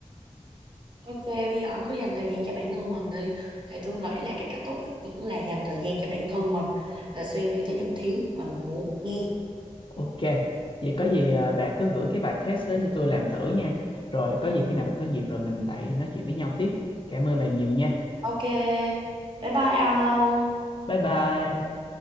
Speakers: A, on the right (about 40°); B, on the left (about 40°).
A: Ok, bây giờ ông cứ dành thời gian cho bản thân mình đi. Thì tôi nghĩ là cái cách tốt nhất vẫn là dành thời gian cho bản thân mình và suy nghĩ tới những thứ mà mình muốn nghe.
B: Ok, vậy có gì à, bà cứ gửi cái bài test đó cho tôi làm thử nha. Rồi có gì khi nào mình có dịp rồi mình lại nói chuyện với nhau tiếp. Cảm ơn bà nhiều nha.
A: Ok, bye bye ông.
B: Bye bye.